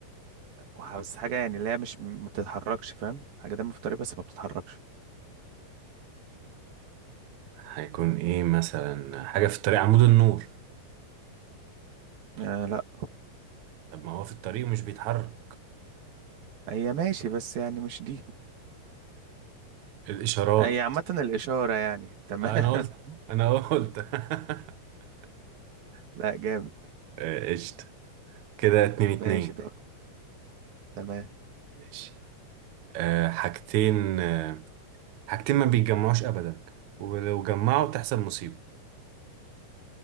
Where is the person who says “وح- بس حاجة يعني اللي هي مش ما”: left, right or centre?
Right